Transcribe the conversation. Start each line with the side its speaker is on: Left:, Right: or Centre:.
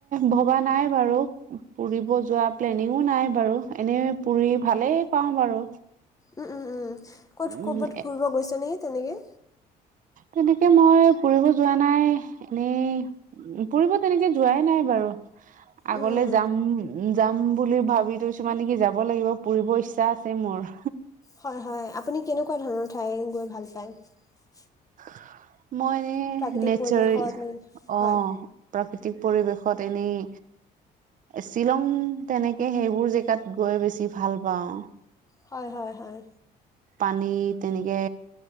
Right: ভবা নাই বাৰু ফুৰিব যোৱা প্লেনিঙো নাই বাৰু এ এনেই পুৰি ভালেই পাওঁ বাৰু।
Left: উম-উম-উম ক'ত
Right: উম
Left: ক'বাত ফুৰিব গৈছে নে তেনেকে।
Right: তেনেকে মই ফুৰিব যোৱা নাই এনেই ফুৰিব তেনেকে। যোৱাই নাই বাৰু আগলে
Left: উম উম
Right: যাম য বুলি ভাব কিছুমান নেকি যাব লাগিব পুৰিব ইচ্ছা আছে মোৰ।
Left: হয়-হয় আপুনি কেনেকুৱা ধৰণৰ ঠাই গৈ ভাল পায়।
Right: <inaudible> মই এনেই
Left: প্ৰাকৃতিক
Right: নেচাৰেল
Left: পৰিৱেশত
Right: অ
Left: হয়
Right: প্ৰাকৃতিক পৰিৱেশত এনেই। শ্বিলং তেনেকে সেইবোৰ জেগাত গৈ বেছি ভাল পাওঁ।
Left: হয়-হয়-হয়,
Right: পানী তেনেকে